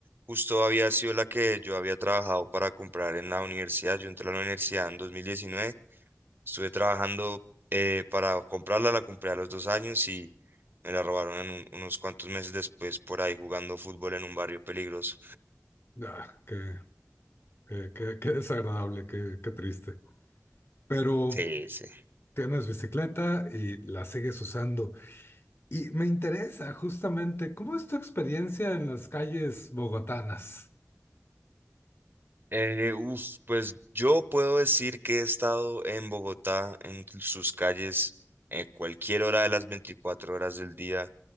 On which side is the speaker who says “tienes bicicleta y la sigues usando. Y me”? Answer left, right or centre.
Left